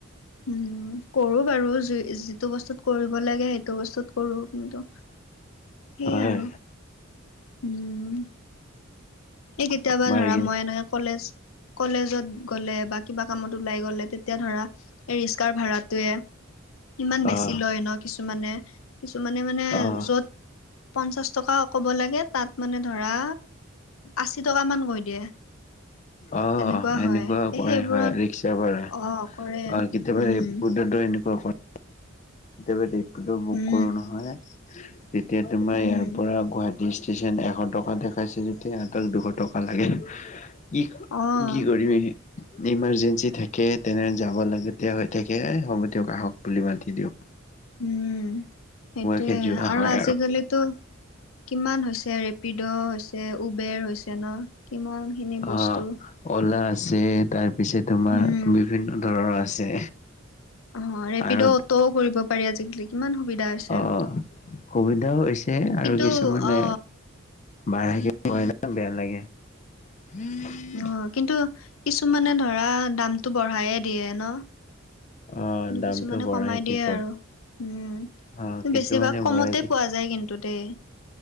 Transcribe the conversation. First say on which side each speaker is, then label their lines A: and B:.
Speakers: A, on the left; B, on the left.
A: উম, কৰো বাৰু যিটো বস্তুত কৰিব লাগে সেইটো বস্তুত কৰো কিন্তু। সেই
B: হয়।
A: আৰু উম এই কেতিয়াবা
B: বাৰ্গেনিং
A: ধৰা মই এনেকে কলেজ কলেজত- গ'লে বা কিবা কামত ওলাই গ'লে তেতিয়া ধৰা এই ৰিক্সা ভাড়াটোয়ে- ইমান বেছি
B: অহ
A: লয় ন কিছুমানে। কিছুমানে মানে
B: অহ
A: য'ত- পঞ্চাশ টকা ক'ব লাগে, তা'ত মানে ধৰা আশী টকা মান কৈ দিয়ে।
B: অ। অহ',
A: তেনেকুৱা হয়
B: এনেকুৱাও কৰে
A: সেইবোৰত
B: হয় ৰিক্সা ভাড়াত।
A: অ কৰে
B: অ কেতিয়াবা
A: উম
B: ৰিপৰ্টত এনেকুৱা কৰে। কেতিয়াবা ৰেপিড বুক
A: উম
B: কৰোঁ নহয়, তেতিয়া তোমাৰ
A: উম
B: ইয়াৰ পৰা গুৱাহাটী- ষ্টচন এশ টকা পাইছো যেতিয়া সিহঁতক দুশ টকা লাগে। কি' কি
A: অ
B: কৰিম এই। ইমানজেঞ্চি থাকে তেনে যাব লাগিয়া হৈ থাকে হ'ব দিয়ক আহক বুলি মাতি দিয়ক।
A: উম সেইটোয়ে,
B: কে যোৱা
A: আৰু
B: হয়
A: আজিকালি- ত' কিমান হৈছে ৰেপিড হৈছে, উবেৰ হৈছে ন। কিমান খিনি বস্তু
B: অহ', - অলা আছে তাৰপিছে তোমাৰ-
A: উম
B: বিভিন্ন ধৰণৰ আছে।
A: অঁহ', ৰেপিডো,
B: আৰু
A: অটো কৰিব পাৰি আজিকালি কিমান সুবিধা হৈছে।
B: অ সুবিধাও হৈছে আৰু
A: কিন্তু
B: কিছুমানে
A: অ
B: বাৰি থাকিব না বেয়া লাগে। উম।
A: অ কিন্তু কিছুমানে ধৰা দামটো বঢ়ায়ে দিয়ে ন।
B: অ দামটো
A: কিছুমানে
B: বঢ়াই
A: কমাই
B: কি
A: দিয়ে
B: কয়
A: আৰু উমঁ,
B: অ কিছুমানে
A: বেছিভাগ কমতে
B: বঢ়াই
A: পোৱা- যায় কিন্তু দেই।